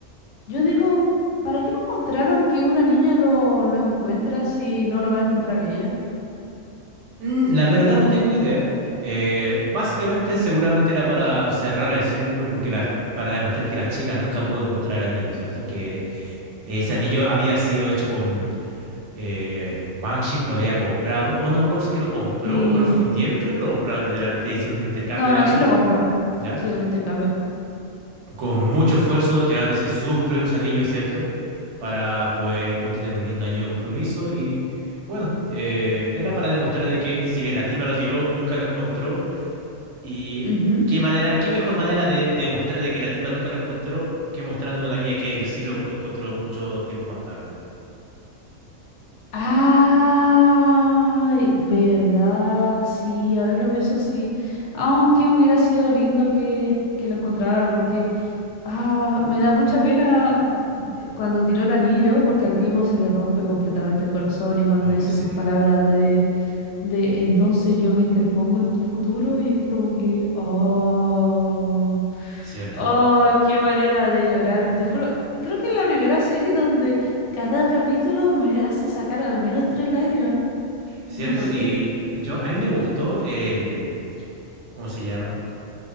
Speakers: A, on the left; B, on the right.
A: Yo digo, ¿para qué nos mostraron que una niña lo, lo encuentra si no lo va a encontrar ella?
B: Mm, La verdad no tengo idea. Eh, básicamente seguramente era para cerrar el círculo porque la, para demostrar que la chica nunca pudo encontrar el anillo, ¿cierto? Que ese anillo había sido hecho con eh, Huang Shi, lo había comprado, o no me acuerdo si es que lo compró
A: Sí.
B: o lo fundieron, creo que lo compraron literalmente, hizo un intercambio
A: No,
B: de
A: no,
B: anillos,
A: sí lo compró.
B: ¿ya?
A: Sí, un intercambio.
B: Con mucho esfuerzo, llevándose sus propios anillos, ¿cierto? Para poder obtener un lindo anillo de compromiso y bueno, eh, era para demostrar de que si bien la tipa lo tiró, nunca lo encontró. Y
A: Ujú, ujú.
B: qué manera, qué mejor manera de demostrar de que la tipa nunca lo encontró que mostrando a una niña que él sí lo encontró mucho tiempo más tarde.
A: Ay, verdad, sí, ahora que lo pienso, sí. Aunque hubiera sido lindo que, que lo encontrara, porque Ah, me da mucha pena eh, cuando tiró el anillo, porque al tipo se le rompe completamente el corazón y cuando
B: Oh,
A: dice
B: sí,
A: esas palabras de, de entonces yo me interpongo en tu futuro y es como que, oh,
B: cierto.
A: oh, qué manera de llorar, te juro, creo que es la primera serie donde cada capítulo me hace sacar al menos tres lágrimas,
B: Cierto,
A: no sé.
B: y yo, a mí me gustó el, ¿cómo se llama?